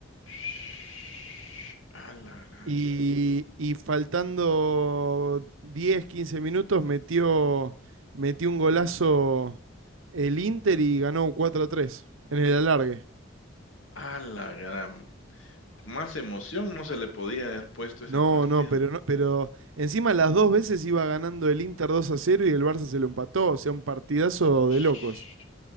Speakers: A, on the left; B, on the right.
A: Shhh, A la gran,
B: Y, y faltando 10 15 minutos metió, metió un golazo el Inter y ganó 4 a 3 en el alargue.
A: a la gran. Más emoción no se le podía haber puesto ese
B: No,
A: partido.
B: no, pero
A: ento-
B: no, pero encima las dos veces iba ganando el Inter 2 a cero y el Barça se lo empató, o sea, un partidazo de
A: Shhh,
B: locos.